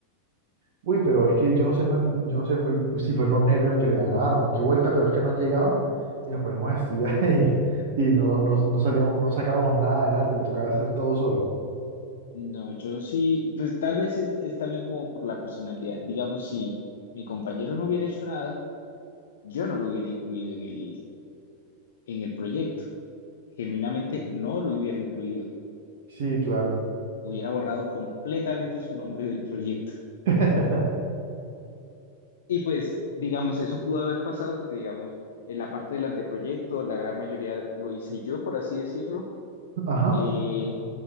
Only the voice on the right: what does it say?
Uy, pero es que yo no sé, el man, yo no sé fue- pues, si fueron los nervios que le ganaron o qué vuelta, pero es que el man llegaba y nos poníamos a estudiar <laughs> y, y no, no, no salíamos, no sacábamos nada adelante, me tocaba hacer todo solo.
Sí, claro.
<laughs>
Ajá,